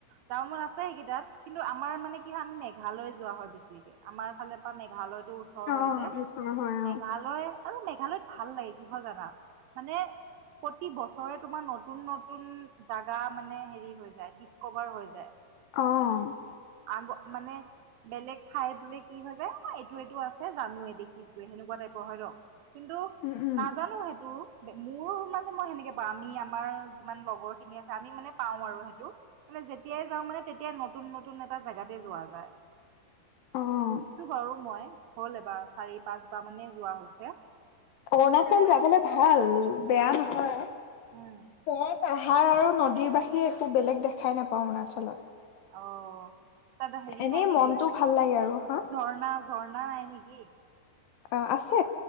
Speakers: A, on the right; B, on the left.
A: যাব মন‌ আছে সেইকেইটাত, কিন্তু আমাৰ মানে কি হয়, আমি মেঘালয় যোৱা হয় বেছি। আমাৰ ফালৰ পৰা মেঘালয়তো, ওচৰৰ
B: অ
A: হয় যে,
B: ওচৰ হয়
A: মেঘালয়
B: অ
A: আৰু মেঘালয়ত ভাল লাগে কি হয় জানা। মানে প্ৰতি বছৰে তোমাৰ নতুন নতুন জাগা মানে হেৰি হৈ যায় কোভাৰ হৈ যায়।
B: অ'।
A: আগ- মানে বেলেগ ঠাই বুলি কি হৈ যায় অ' এইটো এইটো আছে জানোৱে দেখিছোৱে সেনেকুৱা টাইপৰ হয় ন'। কিন্তু
B: উ উম।
A: জানোঁ সেইটো মোৰ মানে মই সেনেকে বা আমি আমাৰ যিমান লগৰ খিনি আছে আমি মানে পাওঁ আৰু সেইটো মানে যেতিয়াই যাওঁ মানে তেতিয়াই নতুন নতুন এটা জেগাতে যোৱা যায়।
B: অ'
A: গইছোঁ বাৰু মই হ'ল এবাৰ চাৰি পাঁচবাৰ মানে যোৱা হৈছে।
B: অৰুণাচল
A: কিন্তু
B: যাবলে ভাল বেয়া
A: উম,
B: নহয়
A: উম,
B: মই পাহাৰ আৰু নদীৰ বাহিৰে একো বেলেগ দেখাই নাপাওঁ অৰুণাচলত।
A: অ তাত হেৰি
B: এনেই
A: নাই নেকি
B: মনটো ভাল লাগে আৰু হা
A: ঝৰ্ণা ঝৰ্ণা নাই নেকি?
B: অ' আছে।